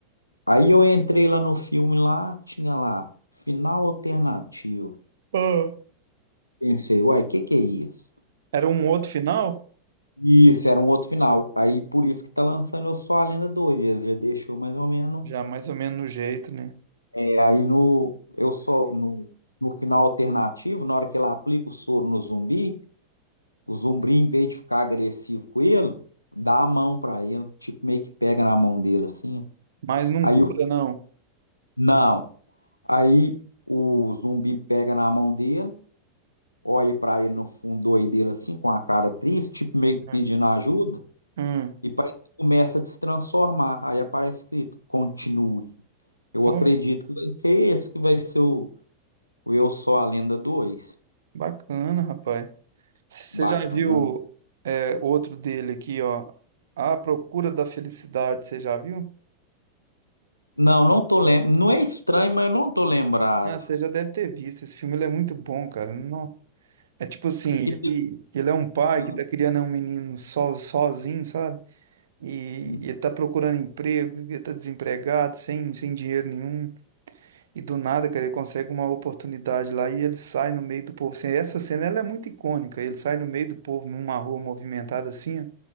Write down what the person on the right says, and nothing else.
Ah.
Era um outro final?
Já mais ou menos no jeito, né?
Mas não
cura,
não.
Hum.
Hum.
Ó,
bacana, rapaz. Você
já viu é, outro dele aqui, ó? A Procura da Felicidade, você já viu?
Ah, você já deve ter visto. Esse filme ele é muito bom, cara. É tipo assim,
ele,
ele é um pai
que tá criando um menino so, sozinho, sabe? E,
e ele tá procurando emprego, e ele tá desempregado, sem, sem dinheiro nenhum. E do nada, cara, ele consegue uma oportunidade lá e ele sai no meio do povo. Assim, essa cena, ela é muito icônica. Ele sai no meio do povo, numa rua movimentada assim, ó,